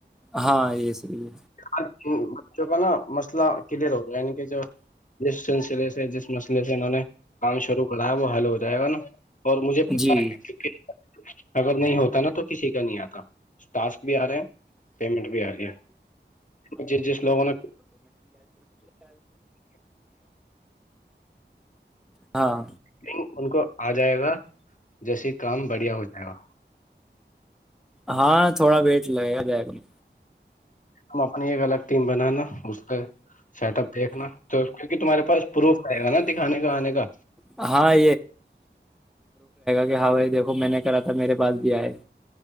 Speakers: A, in the centre; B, on the left.
A: ہاں یہ صحیح
B: بچوں کا نا مسئلہ کلیئر ہو گا یعنی کہ جو جس سلسلے سے جس مسئلے سے انہوں نے کام شروع کر لو حالو ہو جائے گا نا اور مجھے پت
A: جی
B: ہے کیکہ اگر نہیں ہوتا نا تو کسی کا نہیں آتا ٹاسک بھی آ رہے پیمنٹ بھی آ رہی ہے جس لوگوں نے
A: ہاں
B: لن ان کو آ جائے گا جیس کام بڑھیا ہو جائے گا
A: ہاں تھوڑا ویٹ لگے گا ج میں
B: ہم اپنی ایک الگ ٹیم بنانا اس پ سیٹ اپ دیکھنا تو کی کہ تمہارے پاس پروف آئے گا نا دکھانے کا آنے کا
A: ہاں ہا دیکو میں نے کرا ب میرے پاس بھی آئے